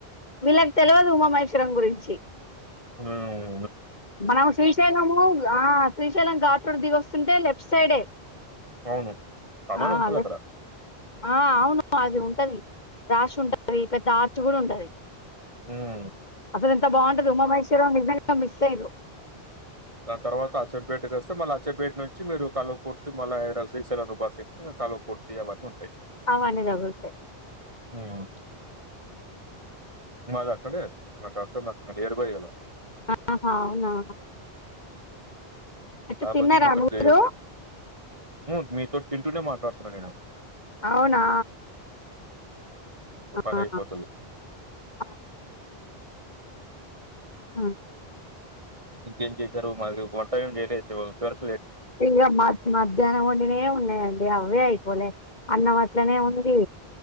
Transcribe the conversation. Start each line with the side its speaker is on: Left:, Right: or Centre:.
Left: వీళ్ళకు తెల్వదు ఉమా మహేశ్వరం గురించి
Right: ఉమ్
Left: మనం శ్రీశైలము ఆ శ్రీశైలం ఘూట్టు రోడ్డు దిగి వస్తుంటే లెఫ్ట్ సైడే
Right: అవును. కమాన్
Left: ఆ
Right: ఉంటదక్కడ.
Left: అదే ఆ అవును అది ఉంటది రాసి ఉంటది పెద్ద అర్చ్ గూడా ఉంటది
Right: ఉమ్
Left: అసలు ఎంత బాగుంటదో ఉమా మహేశ్వరం నిజంగా మిస్ అయిర్రు
Right: దాని తర్వాత అచ్చంపేటకొస్తే మళ్ళ అచ్చంపేట నుంచి మీరు కల్వకుర్తి మళ్ళీ హైడల్స్ శ్రీశైలం రూపాస్ ఎక్కితే కల్వకుర్తి అవన్నీ ఉంటాయ్
Left: అవన్నీ దగుత్తాయ్
Right: హ్మ్. మాది అక్కడే మాద్ అంతా నియర్ బైయ్ గదా
Left: ఆ ఆహా అవునా అయితే
Right: కాపోతే
Left: తిన్నారా
Right: ఇంగ ఇక్కడికి
Left: మీరు
Right: ఉమ్ మీతోటి తింటూనే మాట్లాడుతున్నా నేను
Left: అవునా
Right: ఓ పనైపోతది
Left: ఆ, అవును. ఉమ్
Right: ఇంకేచేశారు మాది వంట ఏం జేయలే ఇంత వరక్
Left: ఇంగా మధ్యాహ్నం వండినే ఉన్నాయండి అవే అయిపోలే అన్నం అట్లనే
Right: హ్మ్.
Left: ఉంది